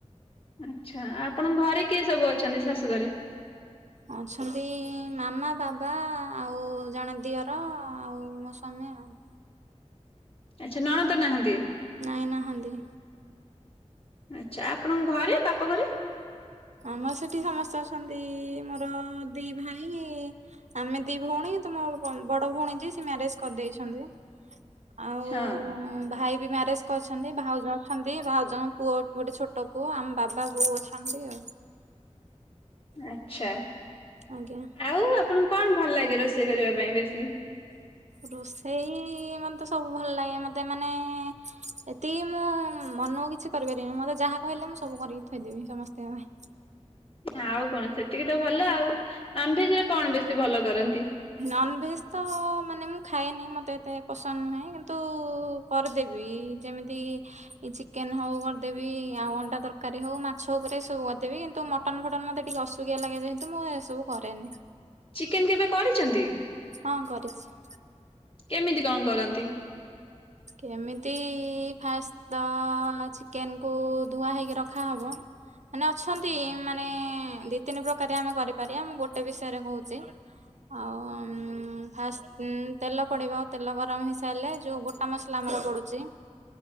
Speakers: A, on the left; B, on the right.
A: ଆଛା ଆପଣଙ୍କ ଘରେ କିଏ ସବୁ ଅଛନ୍ତି ଶାଶୁଘରେ?
B: ଅଛନ୍ତି ମାମା ବାବା ଆଉ ଜଣେ ଦିଅର୍। ର ଆଉ ମୋ ସ୍ୱାମୀ ଆଉ।
A: ଆଛା ନଣନ୍ଦ ନାହାନ୍ତି।
B: ନାଇଁ ନାହାନ୍ତି।
A: ଆଚ୍ଛା ଆପଣଙ୍କ ଘରେ ବାପଘରେ।
B: ଆମର ସେଠି ସମସ୍ତେ ଅଛନ୍ତି ମୋର ମ ଦି ଭାଇ ଆମେ ଦି ଭଉଣୀ ତ ମୋ ବ ବଡ ଭଉଣୀ ଯେ ସେ ମ୍ୟାରେଜ କରିଦେଇଛନ୍ତି। ଆଉ
A: ହଁ
B: ଭାଇ ବି ମ୍ୟାରେଜ କରିଛନ୍ତି ଭାଉଜ ଅଛନ୍ତି ଭାଉଜ ପୁଅ ଗୋଟେ ଛୋଟ ପୁଅ ଆମ ବାବା ବୋଉ ଅଛନ୍ତି ଆଉ।
A: ଆଚ୍ଛା
B: ଆଜ୍ଞା
A: ଆଉ ଆପଣଙ୍କୁ କଣ ଭଲ ଲାଗେ ରୋଷେଇ କରିବା ପାଇଁ ବେଶି।
B: ରୋଷେଇ ମତେ ସବୁ ଭଲ ଲାଗେ ମତେ ମାନେ ଏତିକି ମୁଁ ମନକୁ କିଛି କରିପାରିନି ମତେ ଯାହା କହିଲେ ମୁଁ ସବୁ କରିକି ଥୋଇଦେବି ସମସ୍ତିଙ୍କ ପାଇଁ।
A: ଆଉ କଣ ସେତିକି ତ ଭଲ ଆଉ ନନ୍ ଭେଜ୍ ରେ କଣ ବେଶୀ ଭଲ କରନ୍ତି।
B: ନନ୍ ଭେଜ୍ ତ ମାନେ ମୁଁ ଖାଏନି ମୋତେ ଏତେ ପସନ୍ଦ ନୁହେଁ କିନ୍ତୁ କରିଦେବି ଯେମିତିକି ଇ ଚିକେନ ହଉ କରିଦେବି ଆଉ ଅଣ୍ଡା ତରକାରୀ ହଉ ମାଛ ଉପରେ ସବୁ କରିଦେବି କିନ୍ତୁ ମଟ ଟନ ଫଟନ ମତେ ଟିକେ ଅସୁକିଆ ଲାଗେ ଯେହେତୁ ମୁଁ ଏସବୁ କରେନି।
A: ଚିକେନ କେବେ କରିଚନ୍ତି?
B: ହଁ କରିଛି।
A: କେମିତି କଣ କରନ୍ତି?
B: କେମିତି, ଫାଷ୍ଟ ତ ଚିକେନକୁୁ ଧୁଆ ହେଇକି ରଖାହବ। ମାନେ ଅଛନ୍ତି ମାନେ ଦି ତିନି ପ୍ରକାରିଆ ଆମେ କରିପାରିବା। ମୁଁ ଗୋଟେ ବିଷୟରେ କହୁଛି। ଆଉଁ ଫାଷ୍ଟ ଉଁ ତେଲ ପଡିବ। ତେଲ ଗରମ ହେଇସାରିଲେ ଯୋଉ ଗୋ ଟା ମସଲା ଆମର ପଡୁଚି,